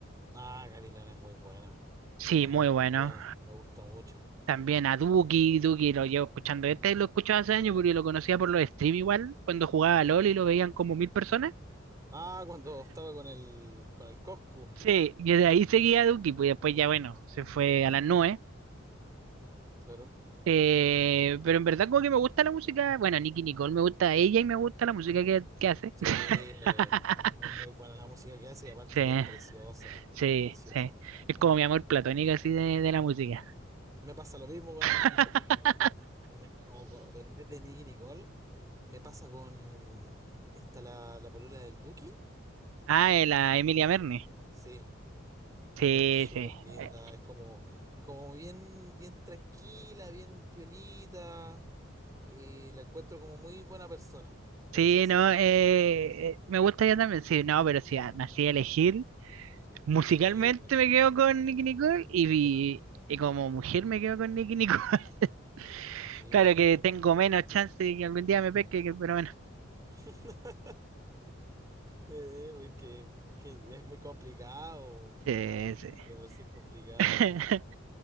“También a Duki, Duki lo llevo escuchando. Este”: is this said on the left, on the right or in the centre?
Right